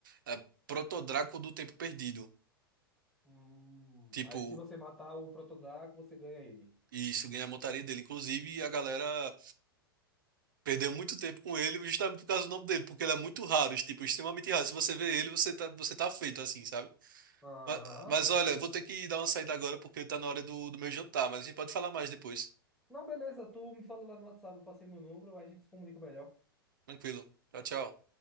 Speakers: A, on the right (about 60°); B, in the centre.
A: é, Protodraco do Tempo Perdido.
B: Hum,
A: Tipo,
B: aí se você matar o Protodraco, você ganha ele.
A: isso ganha a montaria dele. Inclusive, a galera perdeu muito tempo com ele justamente por causa do nome dele, porque ele é muito raro, tipo, extremamente raro. Se você vê ele, você tá, você tá feito, assim, sabe?
B: Aham.
A: Mas, mas olha, vou ter que dar uma saída agora porque tá na hora do, do meu jantar, mas a gente pode falar mais depois.
B: Não, beleza, tu me fala lá no WhatsApp, eu passei meu número, aí a gente se comunica melhor.
A: Tranquilo. Tchau, tchau.